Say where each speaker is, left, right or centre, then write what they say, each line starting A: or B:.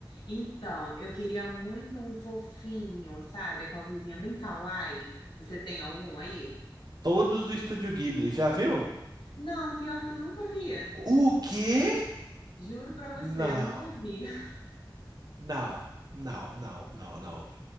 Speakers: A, on the left (about 90°); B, on the right (about 55°).
A: Então, eu queria muito um fofinho, sabe? Aquela coisinha bem kawaii. Você tem algum aí?
B: Todos do Estúdio Ghibli, já viu?
A: Não, pior que eu nunca vi.
B: O quê?
A: Juro pra você,
B: Não,
A: eu nunca vi. <laughs>
B: não, não, não, não, não.